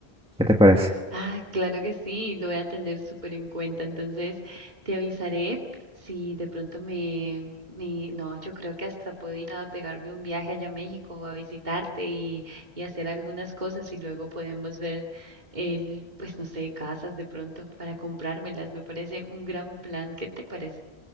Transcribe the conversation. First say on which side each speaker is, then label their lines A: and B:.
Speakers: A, in the centre; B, on the right (about 45°).
A: ¿qué te parece?
B: Ah, claro que sí, lo voy a tener súper en cuenta. Entonces, te avisaré si de pronto me, me... No, yo creo que hasta puedo ir a pegarme un viaje allá a México a visitarte y, y hacer algunas cosas y luego podemos ver, el, pues no sé, casas de pronto para comprármelas. Me parece un gran plan. ¿Qué te parece?